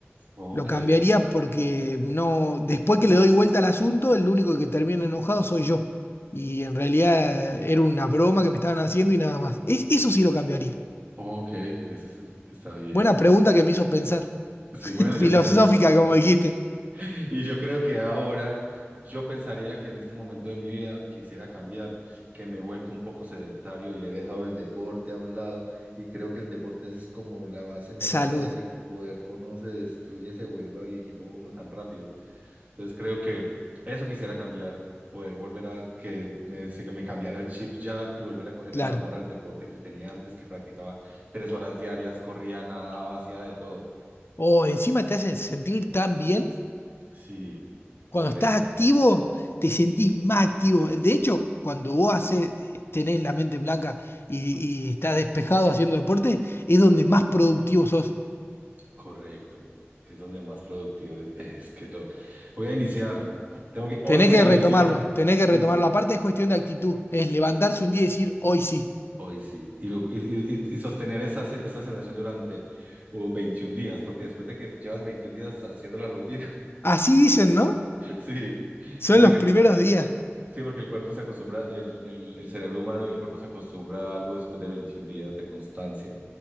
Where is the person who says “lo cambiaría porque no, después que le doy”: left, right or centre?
Left